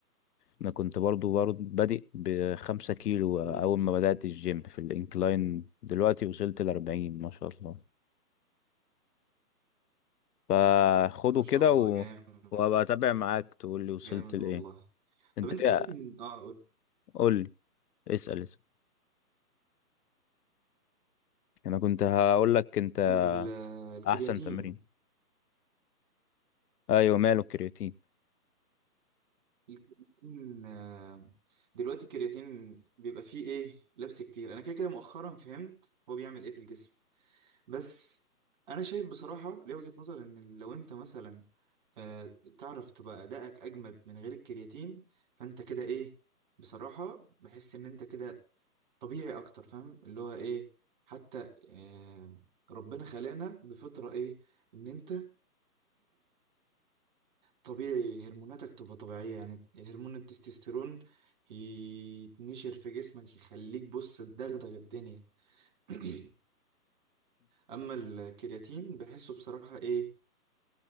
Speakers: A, on the left; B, on the right.
A: انا كنت برضو برضو بادئ بخمسة كيلو
B: مم.
A: اول ما بدأت الجيم في الانكلاين دلوقتي وصلت لأربعين ما شاء الله فخده
B: ما شاء
A: كده
B: الله
A: و...
B: جامد
A: وابقى اتابع معاك تقول لي وصلت
B: جامد
A: لايه
B: والله
A: انت
B: طب أنت
A: ايه
B: شايف إن آه قول.
A: قول لي اسال اسأل. انا كنت هقول لك انت
B: ال- الكرياتين
A: احسن تمرين ايوه ماله الكرياتين
B: يكون آه، دلوقتي الكرياتين بيبقى فيه ايه لبس كتير انا كده كده مؤخرا فهمت هو بيعمل ايه في الجسم بس انا شايف بصراحة ليه وجهة نظر ان لو انت مثلا آه، تعرف تبقى ادائك اجمد من غير الكرياتين فانت كده ايه بصراحة بحس ان انت كده طبيعي اكتر فاهم اللي هو ايه حتى آه، ربنا خلقنا بفطرة ايه ان انت طبيعي هرموناتك تبقى طبيعية يعني هرمون التستوستيرون يتنشر في جسمك يخليك بص تدغدغ الدنيا <clears throat> اما الكرياتين بحسه بصراحة ايه